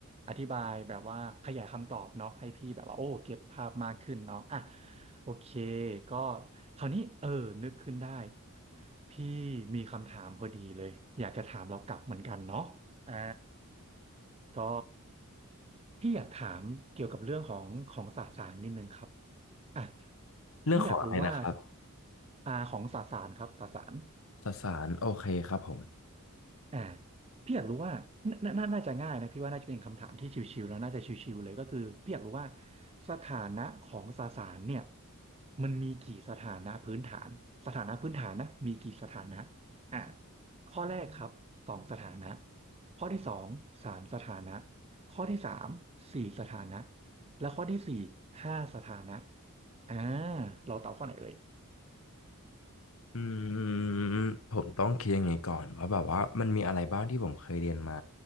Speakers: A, on the right; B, on the left.
A: อธิบายแบบว่าขยายคำตอบเนาะให้พี่แบบว่าโอ้เก็ตภาพมากขึ้นเนาะอ่ะโอเคก็คราวนี้เออนึกขึ้นได้พี่มีคำถามพอดีเลยอยากจะถามเรากลับเหมือนกันเนาะอ่าก็พี่อยากถามเกี่ยวกับเรื่องของของสสารนิดนึงครับอ่ะ
B: เรื่องของอะไรนะครับ
A: พี่อยากรู้ว่าอ่าของสสารครับสสาร
B: สสารโอเคครับผม
A: อ่าพี่อยากรู้ว่าน่าน่าน่าจะง่ายนะพี่ว่าน่าจะเป็นคำถามที่ชิวๆแล้วน่าจะชิวๆเลยก็คือพี่อยากรู้ว่าสถานะของสสารเนี่ยมันมีกี่สถานะพื้นฐานสถานะพื้นฐานนะมีกี่สถานะอ่าข้อแรกครับสองสถานะข้อที่สองสามสถานะข้อที่สามสี่สถานะและข้อที่สี่ห้าสถานะอ่าเราตอบข้อไหนเอ่ย
B: อืมผมต้องคิดยังไงก่อนว่าแบบว่ามันมีอะไรบ้างที่ผมเคยเรียนมา